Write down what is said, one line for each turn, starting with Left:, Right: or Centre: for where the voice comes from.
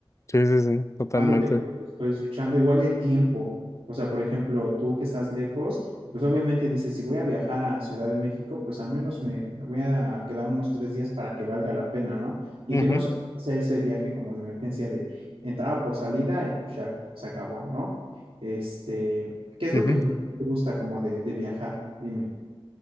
Left: Sí, sí, sí, totalmente.
Right: más lo que lo que estoy escuchando, igual el tiempo. O sea, por ejemplo, tú que estás lejos, pues obviamente dices, si voy a viajar a Ciudad de México, pues al menos me, me voy a quedar unos tres días para que valga la pena, ¿no? Y
Left: Ujú,
Right: que no solo sea ese viaje como de emergencia de entrada por salida y pues ya se acabó, ¿no? Este, ¿qué es
Left: ujú.
Right: lo que más te gusta como de, de viajar? Dime.